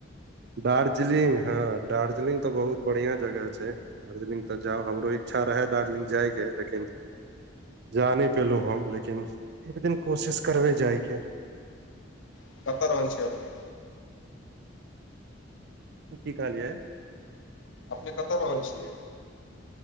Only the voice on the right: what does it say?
दार्जिलिंग हँ दार्जलिंग तऽ बहुत बढ़िआ जगह छय दार्जलिंग तऽ जाउ हमरो इच्छा रहै दार्जलिंग जायके लेकिन जा नय पेलहु हम लेकिन एक दिन कोशिश करबै जाय के
की कहलियै